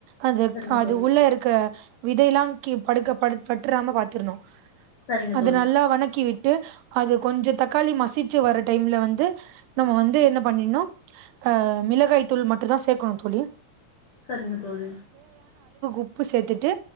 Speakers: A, on the right; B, on the left.
A: அது
B: சரிங்க
A: அது
B: தோழி
A: உள்ள இருக்க விதயெலா கி படுக்க ப பட்டுராம பாத்திருணோ
B: சரிங்க
A: அது
B: தோழி
A: நல்லா வணக்கி விட் விட்டு அது கொஞ்சம் தக்காளி மசிச்சு வர டைம்ல வந்து நம்ம வந்து என்ன பண்ணினோ அஹ் மிளகாய் தூள் மட்டும் தான் சேர்க்கணோ தூளி
B: சரிங்க தோழி
A: உப்பு சேர்த்துட்டு